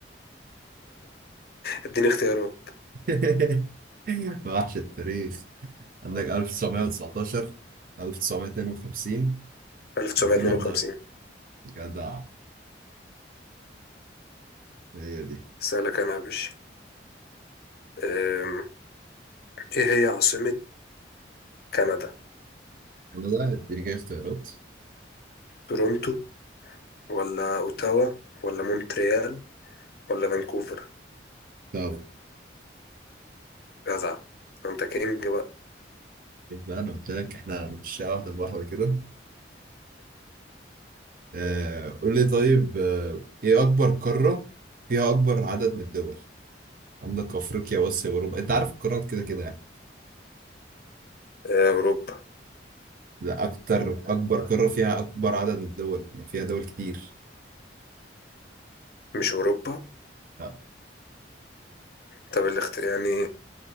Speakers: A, on the left; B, on the right.
A: اديني اختيارات
B: <laughs> وحش التاريخ عندك 1919 1952
A: 1952
B: 2011 جدع هي دي
A: سألك أنا يا باشا أم، إيه هي عاصمة كندا
B: انا ده اديني كده اختيارات
A: تورونتو ولا اوتاوا ولا مونتريال ولا فانكوفر
B: طب
A: جدع انت كينج بقى
B: يبقى انا قلت لك احنا مش واحدة بواحدة كده آه قول لي طيب آه ايه اكبر قارة فيها اكبر عدد من الدول عندك افريقيا واسيا اوروبا انت عارف القارات كده كده يعني
A: آه، اوروبا
B: لا اكتر اكبر قارة فيها اكبر عدد من الدول يعني فيها دول كتير
A: مش اوروبا
B: آه.
A: طب الاخت... يعني